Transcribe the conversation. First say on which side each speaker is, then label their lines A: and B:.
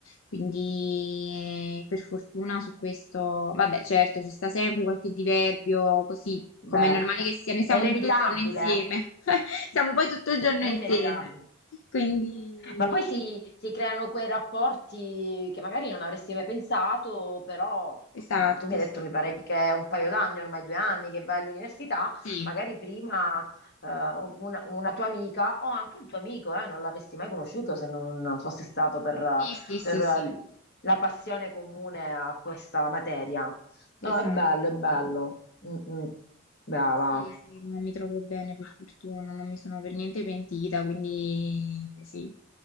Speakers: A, on the left; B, on the left.
A: quindi eh, per fortuna su questo, vabbè, certo, ci sta sempre qualche diverbio, così
B: Beh,
A: come è normale che sia, noi siamo
B: è inevitabile,
A: tutto il giorno insieme, <laughs> siamo poi tutto il giorno
B: è
A: insieme,
B: inevitabile.
A: quindi
B: Ma poi si, si creano quei rapporti che magari non avresti mai pensato, però
A: esatto,
B: mh, tu mi hai
A: sì,
B: detto, mi pare che è un paio d'anni, ormai due anni che vai all'università,
A: sì,
B: magari prima eh, una, una tua amica o anche un tuo amico, eh, non l'avresti mai conosciuto se non fosse stato per,
A: sì, sì, sì,
B: per
A: sì,
B: la passione comune a questa materia. No,
A: esatto.
B: è bello, è bello. Mm, mm. Brava.
A: Sì, sì, non mi trovo bene per fortuna, non mi sono per niente pentita, quindi sì,